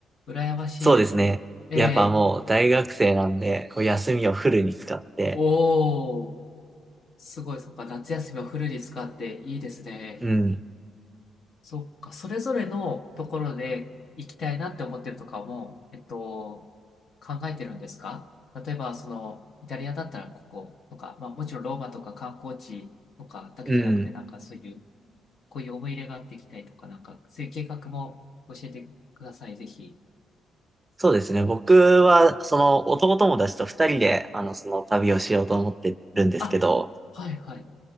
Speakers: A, on the left; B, on the right.
A: 羨ましいです。
B: そうですね。
A: ええ、
B: やっぱもう大学生なんで、こう休みをフルに使って、
A: おー、すごい、そっか、夏休みをフルに使っていいですね。
B: うん、
A: そっか、それぞれのところで行きたいなって思ってるとかも、えっと、考えてるんですか例えば、その、イタリアだったらこことか、まあもちろんローマとか観光地とかだけじゃなくて、
B: うん。
A: なんかそういう、こういう思い入れがあって行きたいとか、なんかそういう計画も教えてください、ぜひ。
B: そうですね。僕は、その男友達と二人で、あの、その旅をしようと思ってるんですけど、
A: あ、はいはい。